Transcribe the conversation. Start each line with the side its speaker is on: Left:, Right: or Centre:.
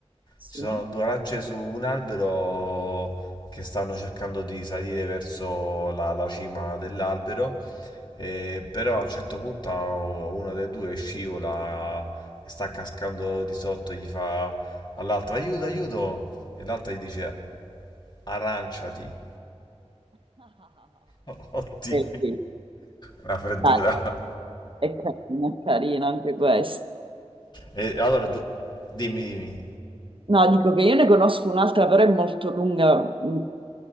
Right: Sì.
Left: Ci sono
Right: <laughs>
Left: due arance su un albero che stanno cercando di salire verso la, la cima dell'albero eh, però a un certo punto a- una delle due scivola e sta cascando di sotto, gli fa all'altra aiuto, aiuto, e l'altra gli dice aranciati. <laughs> Oddio,
Right: Bellissimo.
Left: una freddura.
Right: Dai, È carino, è carino anche questo.
Left: E allora du- dimmi, dimmi.
Right: No, dico che io ne conosco un'altra, però è molto lunga mh,